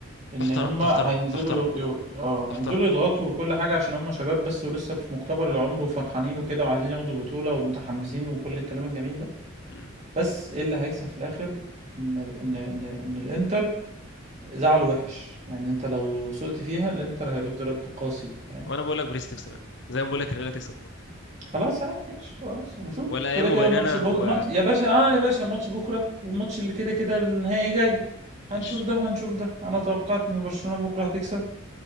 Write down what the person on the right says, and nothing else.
ان
هما
هينزلوا
ي... ي... اه
هينزلوا يضغطوا وكل حاجة عشان هما شباب بس ولسه في مقتبل العمر وفرحانين وكده وعايزين ياخدوا البطولة ومتحمسين وكل الكلام الجميل ده
بس ايه اللي هيكسب في الاخر ان ان ان, إن الانتر زعله وحش يعني انت لو سقت فيها الانتر هيرد رد قاسي فاهم
خلاص
عادي ماشي خلاص نشوف
كده كده
ماتش بو...
ماتش يا باشا اه يا باشا ماتش بكره والماتش اللي كده كده النهائي جاي
هنشوف ده وهنشوف ده انا توقعت ان برشلونة بكره هتكسب